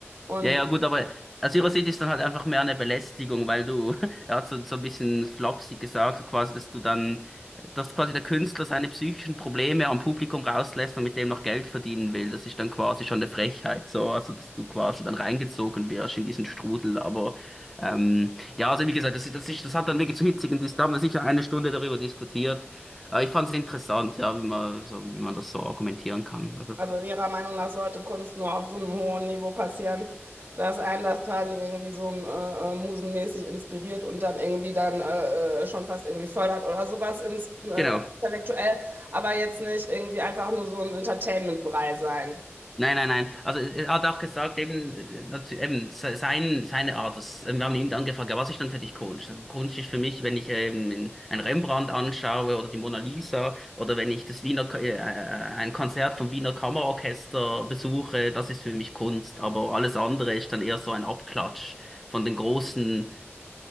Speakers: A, on the right; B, in the centre.
A: Und
B: Ja, ja, gut, aber aus ihrer Sicht ist dann halt einfach mehr eine Belästigung, weil du, <laughs> er hat so, so ein bisschen flapsig gesagt, so quasi, dass du dann, dass quasi der Künstler seine psychischen Probleme am Publikum rauslässt und mit dem noch Geld verdienen will. Das ist dann quasi schon eine Frechheit, so, also dass du quasi dann reingezogen wirst in diesen Strudel. Aber ähm, ja, also wie gesagt, das, ist- das, ist, das hat dann wirklich zu hitzigen, Dis- da haben wir sicher eine Stunde darüber diskutiert. Aber ich fand es interessant, ja, wie man, so, wie man das so argumentieren kann. Also,
A: Also Ihrer Meinung nach sollte Kunst nur auf so einem hohen Niveau passieren, dass einen das quasi irgendwie so äh, äh, musenmäßig inspiriert und dann irgendwie dann äh, äh, schon fast irgendwie fördert oder sowas ins, äh,
B: genau.
A: intellektuell, aber jetzt nicht irgendwie einfach nur so ein Entertainment-Brei sein.
B: Nein, nein, nein. Also äh, er hat auch gesagt, eben, äh, natu- eben se- sein, seine Art. Das, ähm, wir haben ihn dann gefragt, ja, was ist dann für dich Kunst? Kunst ist für mich, wenn ich ähm, in- ein Rembrandt anschaue oder die Mona Lisa oder wenn ich das Wiener, Ka- äh, äh, ein Konzert vom Wiener Kammerorchester besuche, das ist für mich Kunst. Aber alles andere ist dann eher so ein Abklatsch von den großen